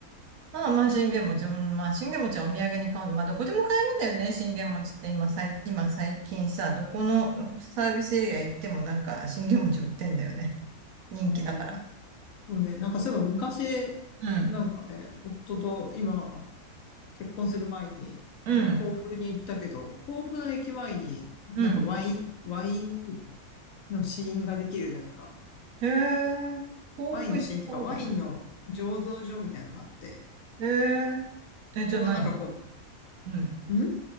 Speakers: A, on the right (about 70°); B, on the left (about 70°).
A: まあまあ、信玄餅、うんまあ、信玄餅はお土産に買うまあ、どこでも買えるんだよね、信玄餅って今、最、今最近さ、どこのサービスエリア行ってもなんか、信玄餅売ってんだよね。人気だから。
B: うん。そうね、なんかそういえば昔、
A: うん。
B: なんかね、夫と今、結婚する前に、
A: うん。
B: なんか甲府に行ったけど、甲府の駅前に、なんかワイン、
A: うん。
B: ワインの試飲ができる、なんか、
A: へえ、豆腐行ったことない。
B: ワインの試飲っていうか、ワインの醸造所みたいなのがあって、
A: えーえ、
B: そこのなんかこ
A: じゃあ何うん。
B: う、ん